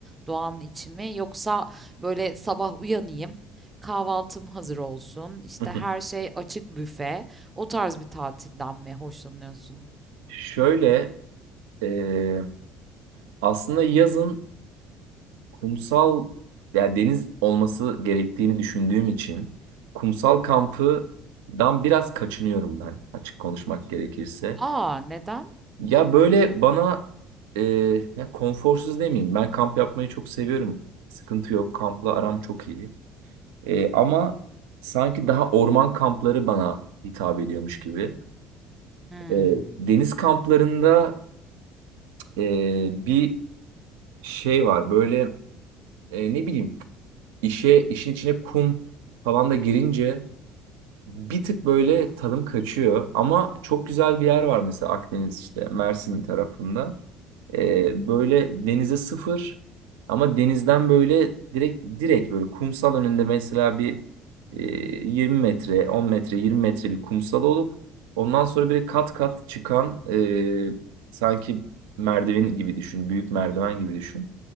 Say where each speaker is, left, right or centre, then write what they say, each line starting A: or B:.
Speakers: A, on the right; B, on the right.
A: doğanın içi mi? Yoksa böyle sabah uyanayım, kahvaltım hazır olsun, işte
B: <laughs>
A: her şey açık büfe, o tarz bir tatilden mi hoşlanıyorsun?
B: şöyle e, aslında yazın Kumsal yani deniz olması gerektiğini düşündüğüm için kumsal kampıdan biraz kaçınıyorum ben açık konuşmak gerekirse.
A: Aa neden?
B: Ya böyle bana e, ya konforsuz demeyeyim. Ben kamp yapmayı çok seviyorum. Sıkıntı yok. Kampla aram çok iyi. E, ama sanki daha orman kampları bana hitap ediyormuş gibi.
A: Hmm.
B: E, deniz kamplarında e, bir şey var. Böyle e, ne bileyim İşe işin içine kum falan da girince bir tık böyle tadım kaçıyor. Ama çok güzel bir yer var mesela Akdeniz işte Mersin tarafında. Ee, böyle denize sıfır ama denizden böyle direkt direkt böyle kumsal önünde mesela bir e, 20 metre, 10 metre, 20 metre bir kumsal olup ondan sonra böyle kat kat çıkan e, sanki merdiven gibi düşün, büyük merdiven gibi düşün.